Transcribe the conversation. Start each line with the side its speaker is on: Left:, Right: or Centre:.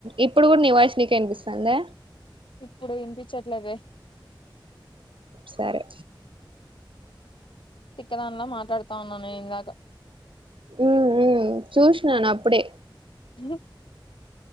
Right: ఇప్పుడు కూడా నీ వాయిస్ నీకే వినిపిస్తాందా
Left: ఇప్పుడు వినిపించట్లేదే
Right: సరే
Left: తిక్కదానిలా మాట్లాడతా ఉన్నాను నేను ఇందాక
Right: ఉ ఊ చూసినను అప్పుడే
Left: <inaudible>